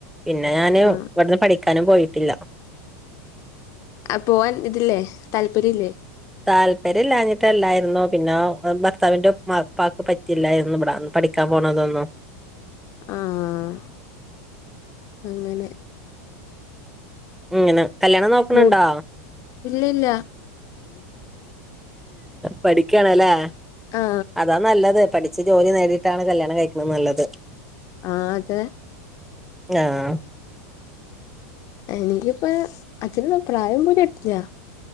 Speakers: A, in the centre; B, on the left.
A: പിന്നെ ഞാന്
B: ആ
A: ഇവിടുന്ന് പോയിട്ടില്ല
B: ആ പോവാൻ ഇതില്ലേ താല്പര്യ ഇല്ലേ
A: താല്പര്യംല്ലാഞ്ഞിട്ടല്ലായിരുന്നു പിന്നെ ഭർത്താവിന്റെ പാക്ക് പറ്റിയില്ലായിരുന്നു ഇവിട പഠിക്കാൻ പോണതോന്നോ
B: ആഹ അങ്ങനെ
A: ഇങ്ങനെ കല്യാണം നോക്കണണ്ടോ
B: മൂ ഇല്ല ഇല്ല
A: പഠിക്കണല്ലേ
B: ആ
A: അതാ നല്ലത് പഠിച്ചു ജോലി നേടിയിട്ടാണ് കല്യാണം കഴിക്കണ നല്ലത്
B: ആഹ അതെ
A: ആഹ
B: എനിക്കിപ്പ അതിനുള്ള പ്രായം പോലും ആയിട്ടില്ല